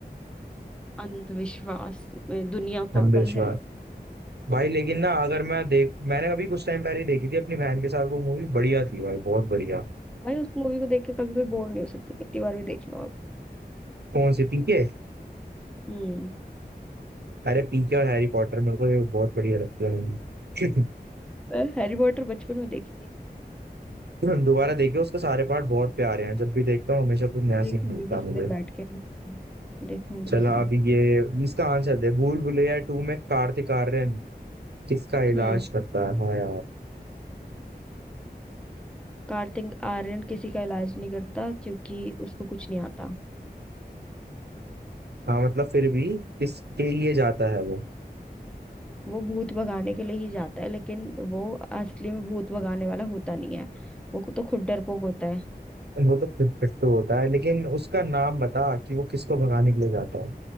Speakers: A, in the centre; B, on the right (about 75°).
A: अंधविश्वास में दुनिया पागल
B: अंधविश्वास
A: है
B: भाई लेकिन ना अगर मैं देख मैंने अभी कुछ टाइम पहले ही देखी थी अपनी बहन के साथ वो मूवी बढ़िया थी भाई बहुत बढ़िया
A: भाई उस मूवी को देख के कभी कोई बोर नहीं हो सकता कितनी बार भी देख लो आप
B: कौन सी पीके
A: हम्म
B: अरे पीके और हैरी पॉटर मेरे को ये बहुत बढ़िया लगता है
A: मैं हैरी पॉटर बचपन में देखी
B: <laughs> दोबारा देखे उसके सारे पार्ट बहुत प्यारे हैं जब भी देखता हूँ हमेशा कुछ नया सीन
A: देखूंगी
B: मिलता है
A: किसी दिन
B: मुझे
A: बैठ के देखूंगी
B: चलो
A: किसी दिन
B: अब ये इसका आंसर दे भूल भुलैया टू में कार्तिक आर्यन किसका इलाज
A: हम्म
B: करता है
A: कार्तिक आर्यन किसी का इलाज नहीं करता क्योंकि उसको कुछ नहीं आता
B: हाँ मतलब फिर भी किसके लिए जाता है वो
A: वो भूत भगाने के लिए ही जाता है लेकिन वो असली में भूत भगाने वाला होता नहीं है वो तो खुद डरपोक होता है
B: वो तो फिर पिट्टू होता है लेकिन उसका नाम बता कि वो किसको भगाने के लिए जाता है